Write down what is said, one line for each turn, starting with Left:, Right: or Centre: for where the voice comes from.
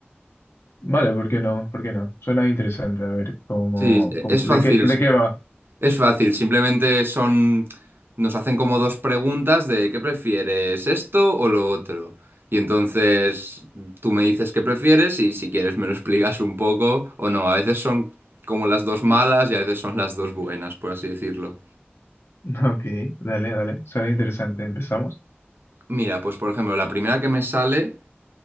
Left: Vale, ¿por qué no? ¿Por qué no? Suena interesante, a ver cómo,
Right: Sí,
Left: cómo-
Right: es
Left: de
Right: fácil,
Left: qué, de qué va.
Right: es fácil, simplemente son, nos hacen como dos preguntas de ¿qué prefieres, esto o lo otro? Y entonces tú me dices qué prefieres y si quieres me lo explicas un poco o no. A veces son como las dos malas y a veces son las dos buenas, por así decirlo.
Left: <laughs> Ok, dale, dale, suena interesante. ¿Empezamos?
Right: Mira, pues por ejemplo, la primera que me sale